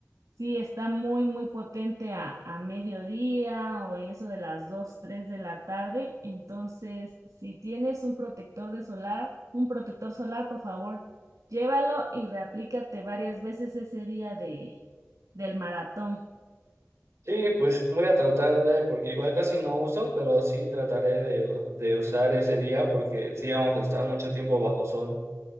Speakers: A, on the right; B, on the right.
A: Sí, está muy, muy potente a, a mediodía o en eso de las 2 3 de la tarde. Entonces, si tienes un protector de solar, un protector solar, por favor, llévalo y reaplícate varias veces ese día de, del maratón.
B: Sí, pues voy a tratar de, porque igual casi no uso, pero sí trataré de, de usar ese día porque sí vamos a estar mucho tiempo bajo sol.